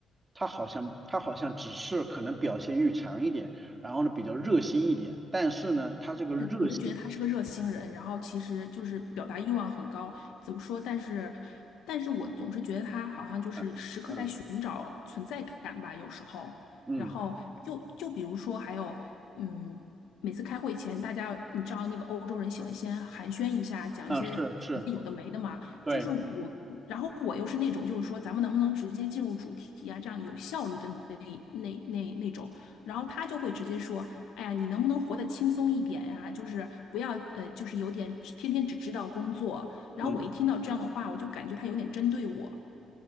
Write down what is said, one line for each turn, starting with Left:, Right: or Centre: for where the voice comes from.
Right: 它好像它好像只是可能表现欲强一点，然后呢比较热心一点，但是呢，它这个热心，
Left: 是，我就觉得他是个热心人，然后其实就是表达欲望很高，怎么说？但是，但是我总是觉得他好像就是时刻在寻找存在感吧，
Right: 嗯嗯
Left: 有时候。
Right: 嗯
Left: 然后就就比如说还有，嗯。每次开会前，大家你知道那个欧洲人喜欢先寒暄一下，讲一些有的没的嘛。
Right: 啊，是是，对，
Left: 就是我，然后我又是那种，就是说咱们能不能直接进入主题啊？这样有效率的那那那那种。然后他就会直接说：“哎呀，你能不能活得轻松一点呀、就是不要呃，就是有点天天只知道工作。”然后我一听到这样的话，
Right: 嗯
Left: 我就感觉他有点针对我。